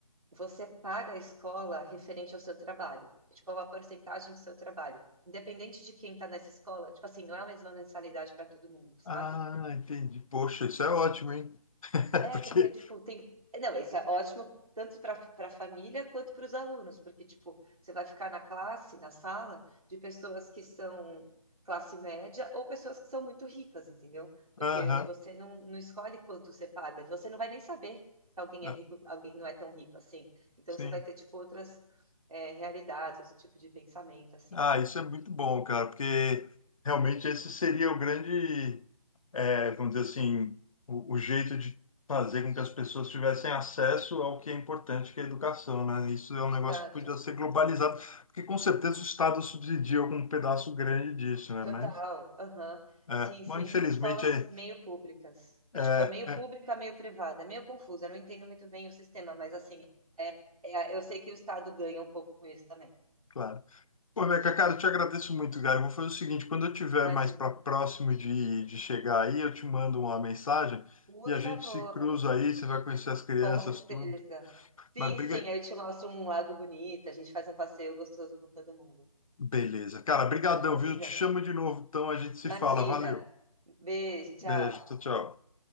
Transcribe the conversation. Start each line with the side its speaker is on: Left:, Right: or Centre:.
Right: você paga a escola referente ao seu trabalho. É, Tipo, é uma porcentagem do seu trabalho. Independente de quem está nessa escola, tipo assim, não é a mesma mensalidade para todo mundo, sabe?
Left: Ah, entendi. Poxa, isso é ótimo, hein? <laughs>
Right: É,
Left: Porque
Right: porque, tipo, tem. Não, isso é ótimo tanto para para a família quanto para os alunos, porque, tipo, você vai ficar na classe, na sala, de pessoas que são classe média ou pessoas que são muito ricas, entendeu? Porque
Left: Aham,
Right: você não, não escolhe quanto você paga, você não vai nem saber que alguém é
Left: ah,
Right: rico, alguém não é tão rico assim. Então,
Left: Sim.
Right: você vai ter, tipo, outras, é, realidades, outro tipo de pensamento, assim.
Left: Ah, isso é muito bom, cara, porque realmente esse seria o grande, eh, vamos dizer assim, o, o jeito de fazer com que as pessoas tivessem acesso ao que é importante, que é a educação, né? Isso é um
Right: Exato.
Left: negócio que podia ser globalizado, porque com certeza o Estado subsidia algum pedaço grande disso, né?
Right: Total,
Left: Mas,
Right: aham.
Left: é,
Right: Sim, sim,
Left: mas
Right: são
Left: infelizmente,
Right: escolas
Left: é,
Right: meio públicas. É
Left: é,
Right: tipo, é meio pública, meio privada. É meio confuso, eu não entendo muito bem o sistema, mas assim, é, é- eu sei que o Estado ganha um pouco com isso também.
Left: claro. Pô, Beca, cara, eu te agradeço muito, cara. Eu vou fazer o seguinte, quando eu tiver
Right: Imagina.
Left: mais para próximo de, de chegar aí, eu te mando uma mensagem
Right: Por
Left: e a gente
Right: favor,
Left: se cruza aí, você vai conhecer as crianças,
Right: com certeza.
Left: tudo.
Right: Sim,
Left: Mas briga...
Right: sim, aí eu te mostro um lago bonito, a gente faz um passeio gostoso com todo mundo.
Left: Beleza. Cara, brigadão,
Right: Vai me
Left: viu?
Right: avisando.
Left: Eu te chamo de novo, então a gente se
Right: Imagina.
Left: fala. Valeu.
Right: Beijo, tchau.
Left: Beijo, tchau, tchau.